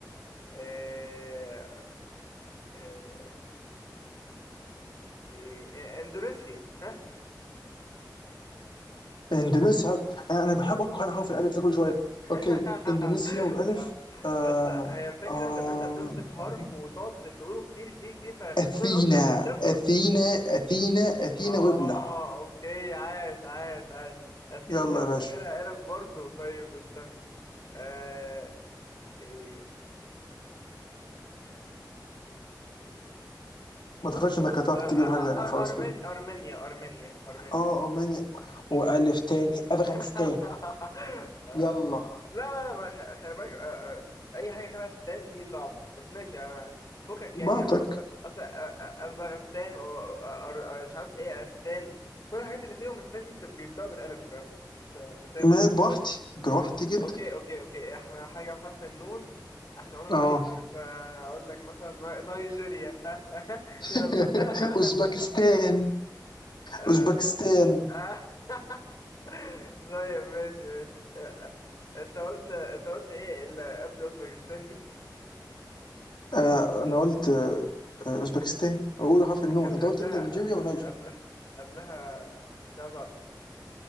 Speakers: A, on the left (about 50°); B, on the left (about 85°).
A: آه، آه، إيه، اندونيسيا <laughs>
B: اندونيسيا هب- انا بحب اقرا انا حرف الالف ده كل شويه
A: <laughs>
B: اوكي اندونيسيا والف
A: آه.
B: آه
A: بس هي الفكرة
B: آه
A: في ان انت بتمسك حرف
B: آه،
A: وتقعد تقوله كتير كتير كتير فكل
B: اثينا
A: الاوبشنز بتخلص
B: اثينا اثينا اثينا
A: اه
B: وابلع
A: اوكي عاش عاش عاش اثينا
B: يلا
A: واخرها
B: يا باشا
A: الف برضو طيب استنى آه. إيه.
B: ما تخافش انك هتعرف
A: آه. آه.
B: تجيب حاجه ثانيه
A: آه.
B: خلاص
A: أرمن...
B: كده
A: ارمينيا ارمينيا ارمينيا
B: اه رومانيا والف تاني افغانستان
A: <laughs> آه،
B: يلا
A: لا لا لا بقى خ- خلي بالك آه، آه، اي حاجه خلال اسنان دي صعبه بس ماشي انا فكك
B: بعتك
A: يعني اصلا اصلا اسبغستان او أو- أو- مش عارف ايه اسنان كل الحاجات اللي فيهم اسنان دي بت- بيبداوا بالالف مش مش هينفع
B: ما بوحدي
A: بس
B: بوحدي جدا
A: اوكي اوكي اوكي احنا حاجه بحرف النون احنا قلنا
B: اه
A: نايجر فاقول لك مثلا نا- نيجيريا ها <laughs>
B: <laughs>
A: يلا <laughs>
B: اوزبكستان
A: آه،
B: اوزبكستان
A: آه. <laughs> طيب ماشي ماشي آه، آه. انت قلت انت قلت ايه اللي قبل اوزبكستان دي
B: آه انا قلت آه آه، اوزبكستان بقول حرف النون
A: كان
B: انت
A: قبلها
B: قلت انت نيجيريا ونيجر
A: قبلها قبلها كنت عايز اعرف